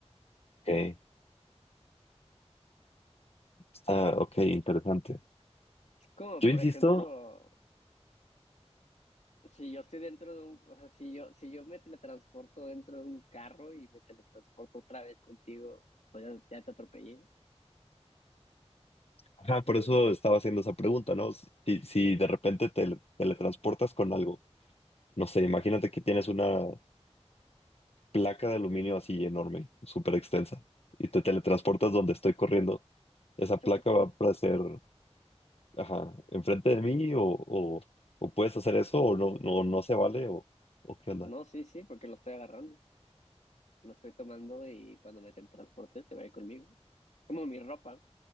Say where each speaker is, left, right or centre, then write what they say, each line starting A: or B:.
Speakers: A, on the left; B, on the left.
A: ok, está, ok, interesante.
B: Es como,
A: Yo
B: por
A: insisto,
B: ejemplo, si yo estoy dentro de un, o sea, si yo, si yo me teletransporto dentro de un carro y me teletransporto otra vez contigo, pues ya ya te atropellé.
A: ajá, por eso estaba haciendo esa pregunta, ¿no? Si, si si de repente te teletransportas con algo, no sé, imagínate que tienes una placa de aluminio así enorme, súper extensa, y te teletransportas donde estoy corriendo Esa placa
B: Chocas
A: va
B: con...
A: a hacer, ajá, enfrente de mí o, o, o puedes hacer eso o no,
B: eh,
A: no, no se vale o, o qué onda.
B: No, sí, sí, porque lo estoy agarrando, lo estoy tomando y cuando mete el transporte se va a ir conmigo. Como mi ropa,